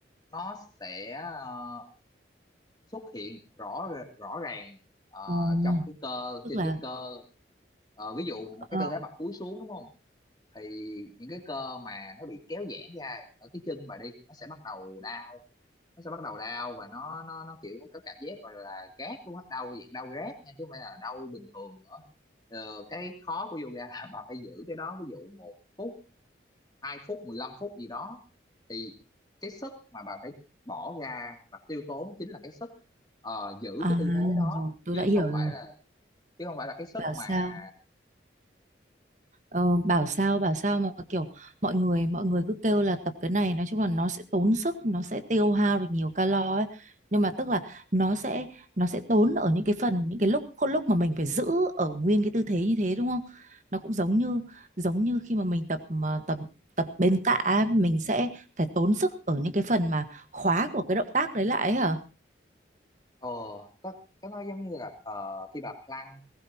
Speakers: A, on the left (about 20°); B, on the right (about 40°).
A: nó sẽ ờ, xuất hiện rõ rõ ràng ờ,
B: Ồ,
A: trong cái cơ
B: tức
A: trên
B: là
A: cái cơ Ờ, ví dụ một
B: ờ,
A: cái tư thế bật cúi xuống đúng không thì những cái cơ mà nó bị kéo giãn ra ở cái chân bà đi nó sẽ bắt đầu đau nó sẽ bắt đầu đau và nó nó nó kiểu có cảm giác gọi là gác luôn á đau dạng đau rát nha chứ không phải là đau bình thường nữa ờ, cái khó của yoga là <laughs> bà phải giữ cái đó ví dụ một phút hai phút 15 phút gì đó thì cái sức mà bà phải bỏ ra và tiêu tốn chính là cái sức ờ, giữ
B: à
A: cái tư thế đó
B: rồi tôi
A: chứ
B: đã hiểu
A: không
B: rồi.
A: phải là chứ không phải là cái sức
B: Bảo
A: mà
B: sao Ờ, bảo sao bảo sao mà kiểu mọi người mọi người cứ kêu là tập cái này nói chung là nó sẽ tốn sức nó sẽ tiêu hao được nhiều calo ấy nhưng mà tức là nó sẽ nó sẽ tốn ở những cái phần những cái lúc lúc mà mình phải giữ ở nguyên cái tư thế như thế đúng không nó cũng giống như giống như khi mà mình tập mà tập tập bên tạ ấy, mình sẽ phải tốn sức ở những cái phần mà khóa của cái động tác đấy lại ấy hả
A: uh có có nói giống như là ờ, khi bà plank